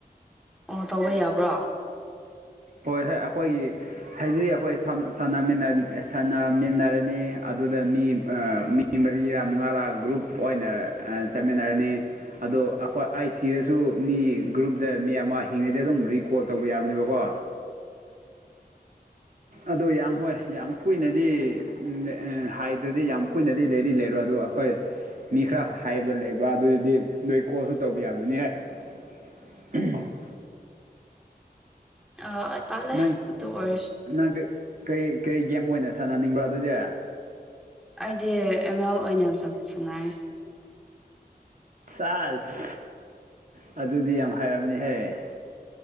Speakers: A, in the centre; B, on the right.
A: ꯑꯣ ꯇꯧꯕ ꯌꯥꯕ꯭ꯔꯣ
B: ꯍꯣꯏ ꯑꯦ ꯑꯈꯣꯏꯒꯤ ꯍꯥꯏꯗꯤ ꯑꯈꯣꯏ ꯁꯥꯟꯅꯁꯥꯟꯅꯃꯤꯟꯅ ꯁꯥꯟꯅꯃꯤꯟꯅꯔꯅꯤ ꯑꯗꯨꯗ ꯃꯤ ꯑ ꯃꯤ ꯃꯤ ꯃꯔꯤꯔꯥ ꯃꯉꯥꯔꯥ ꯒ꯭ꯔꯨꯞ ꯑꯣꯏꯅ ꯑ ꯆꯠꯃꯤꯟꯅꯔꯅꯤ ꯑꯗꯣ ꯑꯈꯣꯏ ꯑꯥꯏ ꯁꯤꯔꯁꯨ ꯃꯤ ꯒ꯭ꯔꯨꯞꯇ ꯃꯤ ꯑꯃ ꯍꯤꯡꯉꯩꯗ ꯑꯗꯨꯝ ꯔꯤꯀꯣꯠ ꯇꯧꯕ ꯌꯥꯕꯅꯦꯕꯀꯣ ꯑꯗꯨ ꯌꯥꯝ ꯍꯣꯏ ꯌꯥꯝ ꯀꯨꯏꯅꯗꯤ ꯎꯝ ꯑ ꯍꯥꯏꯗꯗꯤ ꯌꯥꯝ ꯀꯨꯏꯅꯗꯤ ꯂꯩꯗꯤ ꯂꯩꯔꯣ ꯑꯗꯨ ꯑꯩꯈꯣꯏ ꯃꯤ ꯈꯔ ꯍꯥꯏꯕ ꯂꯩꯕ ꯑꯗꯨꯗꯨꯗꯤ ꯅꯣꯏ ꯀꯣꯁꯨ ꯇꯧꯕ ꯌꯥꯕꯅꯤ <unintelligible>
A: ꯑ ꯑ ꯇꯜꯂꯦ
B: ꯅꯪ
A: ꯑꯗꯨꯑꯣꯢꯔꯁꯨ
B: ꯅꯪ ꯀꯔꯤ ꯀꯔꯤ ꯒꯦꯝ ꯑꯣꯏꯅ ꯁꯥꯟꯅꯅꯤꯡꯕ꯭ꯔꯣ ꯑꯗꯨꯗꯤ
A: ꯑꯩꯗꯤ ꯑꯦꯝ ꯑꯦꯜ ꯑꯣꯏꯅ ꯆꯠ ꯁꯅꯥꯢ
B: ꯆꯥꯁ ꯑꯗꯨꯗꯤ ꯌꯥꯝ ꯍꯥꯏꯔꯝꯅꯤꯍꯦ